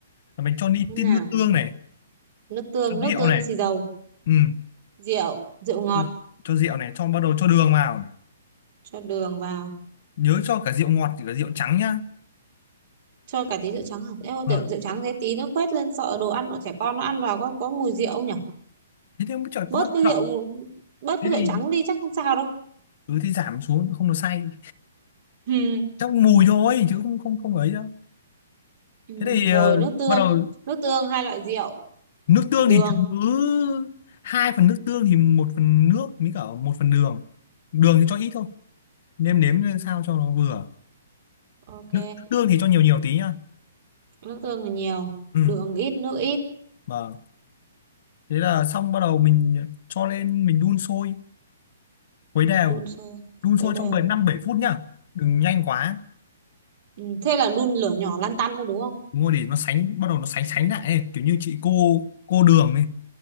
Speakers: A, on the left (about 50°); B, on the right (about 50°).
A: là mình cho đi
B: thế
A: tí
B: nào
A: nước tương này
B: nước tương
A: cho
B: nước
A: rượu
B: tương
A: này
B: xì dầu
A: ừ.
B: rượu rượu ngọt
A: cho cho rượu này cho bắt đầu cho đường vào này.
B: cho đường vào
A: nhớ cho cả rượu ngọt thì cả rượu trắng nhá
B: cho cả tí rượu trắng không em rượu,
A: Vâng.
B: rượu trắng thế tí nó quét lên sợ đồ ăn bọn trẻ con nó ăn vào có có mùi rượu không nhỉ
A: thế thì mới trời
B: bớt
A: con
B: cái
A: sợ
B: rượu bớt
A: thế
B: cái rượu
A: thì
B: trắng đi chắc không sao đâu
A: ừ thế giảm xuống không nó say
B: <laughs> ừ.
A: chắc mùi thôi chứ không không không ấy đâu
B: ừ.
A: thế thì ờ,
B: rồi nước tương
A: bắt đầu
B: nước tương hai loại rượu
A: nước tương
B: đường
A: thì cứ hai phần nước tương thì một phần nước với cả một phần đường đường thì cho ít thôi nêm nếm
B: ừ.
A: lên sao cho nó vừa
B: ok
A: nước tương thì cho nhiều nhiều tí nhá
B: nước tương thì nhiều
A: ừ
B: đường ít nước ít
A: vâng thế là xong bắt đầu mình cho lên mình đun sôi khuấy đều
B: đun sôi
A: đun sôi
B: với đều
A: trong bảy năm bảy phút nhá đừng nhanh quá
B: ừ. thế là đun lửa nhỏ lăn tăn thôi đúng không
A: đúng rồi để nó sánh bắt đầu nó sánh sánh lại ấy. kiểu như chị cô cô đường ấy